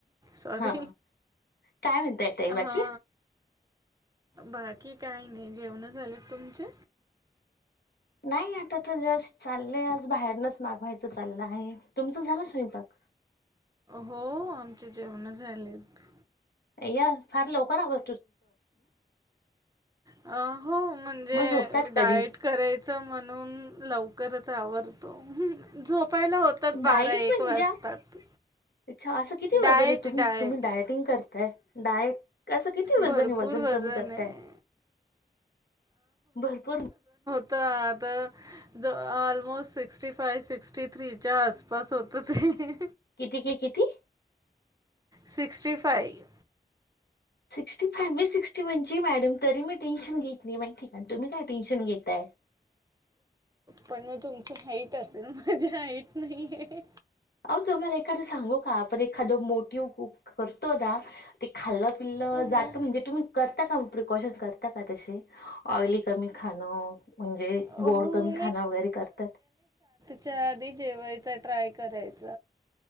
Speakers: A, on the right; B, on the left.
A: सॉरी
B: हा काय म्हणताय ताई बाकी
A: हा बाकी काय नाही. जेवणं झालेत तुमचे
B: नाही आता तर जस्ट चाललेय आज बाहेरनच मागवायचं चाललं आहे तुमचं झालं स्वयंपाक
A: हो आमचे जेवण झालेत.
B: अय्या फार लवकर आवर
A: अ हो म्हणजे
B: मग झोपतात
A: डायट
B: कधी?
A: करायचं म्हणून लवकरच आवरतो झोप पहिला होतात बारा
B: डाएट
A: एक
B: म्हणजे
A: वाजतात.
B: अच्छा असं किती
A: डाएट
B: वजन आहे तुम्ही
A: डाएट
B: तुम्ही डायटिंग करताय डायट असं किती वजन
A: भरपूर
B: आहे वजन कमी करताय
A: आहे
B: भरपूर
A: तर आता ज ऑलमोस्ट सिक्स्टी फाय सिक्स्टी थ्रीच्या आसपास होतं ते
B: किती कि किती?
A: Sixty five.
B: सिक्स्टी फा मी सिक्स्टी वनची मॅडम तरी मीटिंग घेतली माहिती का. तुम्ही काय टेनशन घेत तय.
A: पण मग तुमची हाईट असेल, माझी हाईट नाही आहे.
B: अह त मला एखादं सांगू का आपण एखाद मोटव करतो ना ते खाल् पिल्लं
A: हो
B: जाता म्हणजेुम् करता का, प्रिकॉशन करता का तसे? ऑइली कमी खाणं म्हणजे
A: हो
B: गोड कमी खाण वगैरे करतात.
A: च्या आधी जेवायच ट्राय करायच